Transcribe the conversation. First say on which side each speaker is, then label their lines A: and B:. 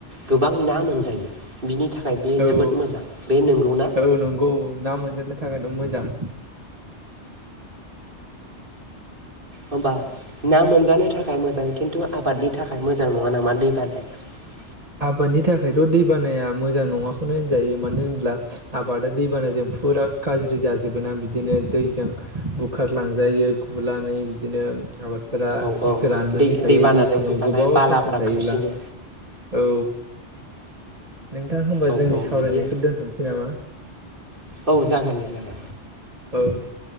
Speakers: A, on the right (about 50°); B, on the right (about 30°).
A: गोबां ना मोनजायो बिनि थाखाय बे
B: औ
A: जोबोद मोजां बे नोंगौना
B: औ नंगौ नाम थाखायथ मोजां
A: होम्बा ना मोनजानो थाखाय मोजां खिन्थु आबादनि थाखाय मोजां नङा नामा दैबानाया <unintelligible>
B: आबादनि थाखायथ दैबानाया मोजां नङाखौनो होनजायो मानो होनब्ला आबादा दैबानाजों फुरा गाज्रि जाजोबो ना बिदिनो दैजों बुखारलांजायो गुनानै बिदिनो आबादफोरा
A: औ औ
B: गोराननानै
A: दै
B: थायो
A: दैबानाजों
B: दै सिङाव
A: फैफानाय
B: गोबाव
A: बालाफ्रा
B: समसिम थायोब्ला
A: खोबसिनो
B: औ नोंथां होमबा
A: औ
B: जोंनि
A: औ
B: सावरायनायखौ
A: बिदि
B: दोनथनोसै नामा
A: औ जागोन दे जागोन
B: औ दे